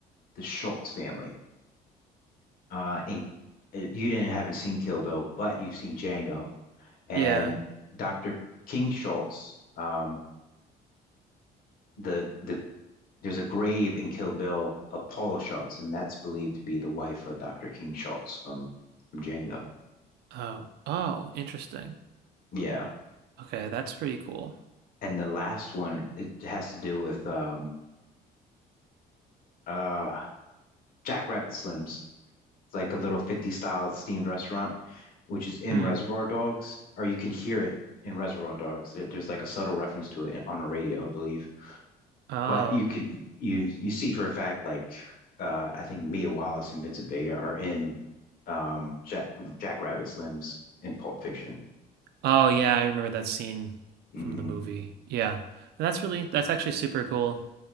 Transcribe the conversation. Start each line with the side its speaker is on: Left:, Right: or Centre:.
Left: the Schultz family. Uh, in uh, you didn't haven't seen Kill Bill, but you've seen Django and
Right: Yeah.
Left: Dr. King Schultz. Um, the the there's a grave in Kill Bill of Paula Schultz, and that's believed to be the wife of Dr. King Schultz from from Django.
Right: Oh. Oh, interesting.
Left: Yeah.
Right: Okay, that's pretty cool.
Left: And the last one, it has to do with um uh Jackrabbit Slims. It's like a little 50s style themed restaurant, which is in
Right: Hmm.
Left: Reservoir Dogs, or you can hear it in Reservoir Dogs. It- there's like a subtle reference to it on the radio, I believe.
Right: Oh.
Left: But you can you you see for a fact like uh I think Mia Wallace and Vincent Vega are in um Jack Jack Rabbit Slims in Pulp Fiction.
Right: Oh yeah, I remember that scene
Left: hmm
Right: from the movie. Yeah. That's really that's actually super cool.